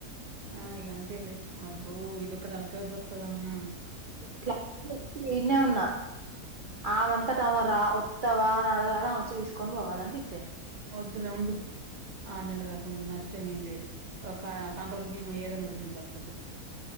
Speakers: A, on the right; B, on the right.
A: ఆ ఇగా అంతేలే అబ్బో ఇది ఒకటి అలకగా దొర్ ఉత్తదమ్మ
B: ఇట్లా నేను ఈన్నే ఉన్నా ఆ మన్ రా వత్తవా నడగాలే అమె వచ్చి తీసుకు కొన్ వోవాలని ఫిక్స్ ఐన
A: దీన్లా ఉండు ఆరు నెల్ల దాక ఉండు నష్టమేం లేదు ఓం కా కంట్రోల్ బియ్యం ఏదైనా ఒకటి తిని బతుకొ